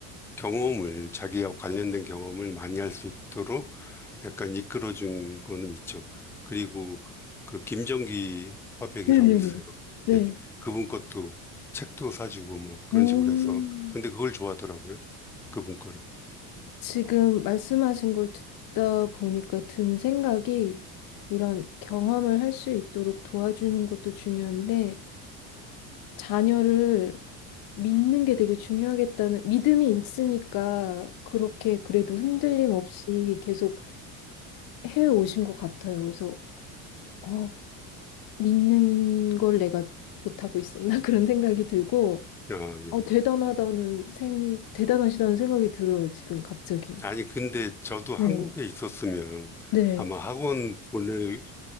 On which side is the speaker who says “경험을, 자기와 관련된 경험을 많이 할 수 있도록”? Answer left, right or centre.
Centre